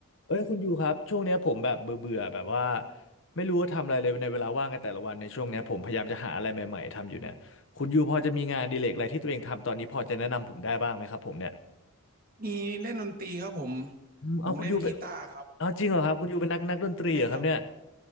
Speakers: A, on the left (about 55°); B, on the right (about 40°).
A: เอ้ยคุณยูครับช่วงเนี้ยผมแบบเบื่อเบื่อแบบว่าไม่รู้ว่าทำอะไรเลยในเวลาว่างในแต่ละวันในช่วงเนี้ยผมพยายามจะหาอะไรใหม่ๆทำอยู่เนี่ยคุณยูพอจะมีงานอดีเลกอะไรที่ตัวเองทำตอนนี้พอจะแนะนำผมได้บ้างไหมครับผมเนี่ย
B: มีเล่นดนตรีครับผม
A: อืมเอาคุณยูเป็น
B: ผมเล่นกีตาร์ครับ
A: เอาจริงเหรอครับคุณยูเป็นนักนักดนตรีเหรอครับเนี่ย
B: ใช่ครับ